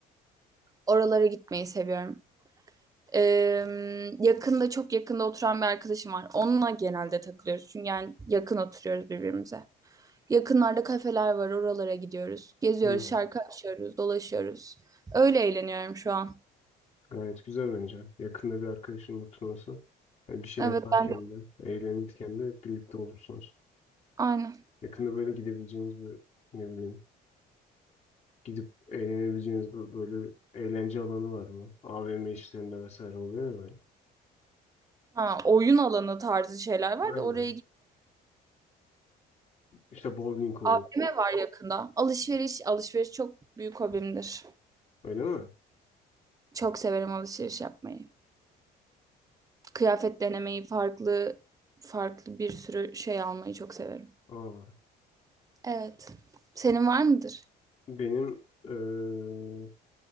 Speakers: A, on the right; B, on the left.
A: Oralara gitmeyi seviyorum. Ee, yakında çok yakında oturan bir arkadaşım var. Onunla genelde takılıyoruz. Çünkü yani yakın oturuyoruz birbirimize. Yakınlarda kafeler var, oralara gidiyoruz. Geziyoruz,
B: Hmm.
A: şarkı açıyoruz, dolaşıyoruz. Öyle eğleniyorum şu an.
B: Gayet güzel bence. Yakında bir arkadaşının oturması. Hani bir şey
A: Evet
B: yaparken
A: ben de
B: de, eğlenirken de hep birlikte olursunuz.
A: aynen.
B: Yakında böyle gidebileceğiniz bir, ne bileyim, gidip eğlenebileceğiniz bir, böyle eğlence alanı var mı? AVM işlerinde vesaire oluyor ya böyle.
A: Ha, oyun alanı tarzı şeyler var
B: Aynen.
A: da oraya
B: İşte bowling olur.
A: AVM var yakında. Alışveriş, alışveriş çok büyük hobimdir.
B: Öyle mi?
A: Çok severim alışveriş yapmayı. Kıyafet denemeyi, farklı farklı bir sürü şey almayı çok severim.
B: Aa,
A: Evet. Senin var mıdır?
B: benim eee,